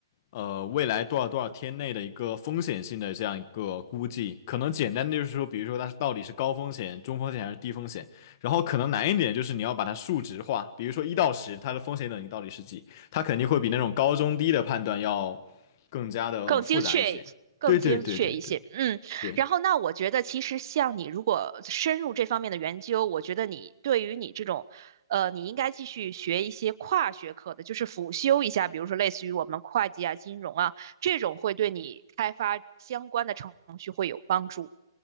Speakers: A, on the left; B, on the right.
A: 呃，未来多少多少天内的一个风险性的这样一个估计，可能简单的就是说，比如说它是到底是高风险、中风险还是低风险，然后可能难一点就是你要把它数值化，比如说一到十，它的风险等级到底是几，它肯定会比那种高中低的判断要更加的复杂一些。
B: 更精确更精确一些。
A: 对对对对对
B: 嗯，
A: 对。
B: 然后那我觉得其实像你如果深入这方面的研究，我觉得你对于你这种，呃，你应该继续学一些跨学科的，就是辅修一下，比如说类似于我们会计啊、金融啊这种，会对你开发相关的程序会有帮助。